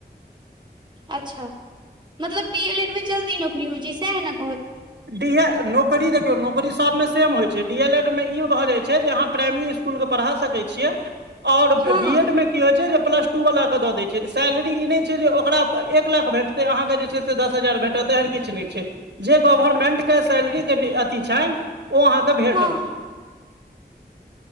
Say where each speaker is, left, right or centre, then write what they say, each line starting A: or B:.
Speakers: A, on the right; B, on the right.
A: अच्छा मतलब डी एल एड मे जल्दी नौकरी होइ छै सेएह न
B: डीएऽ नोऽ नौकरी देखियौ नौकरी सब मे सेम होय छै डी एल एड मे ई भऽ जाय छै जे अहाँ प्राइमली स्कूल के पढ़ा सकै छी छीअ आओर
A: हँ
B: बी एड मे की होइ छै जे प्लस टू वाला के दऽ दै छै सैलरी ई नहि छै जे ओकरा एक लाख भेट से अहाँके जे छै से दस हजार भेटत एहन किछ नहि छै गोभरमेन्ट के सैलरी जे नि अथी छैन ओ अहाँके भेटत
A: हँ हँ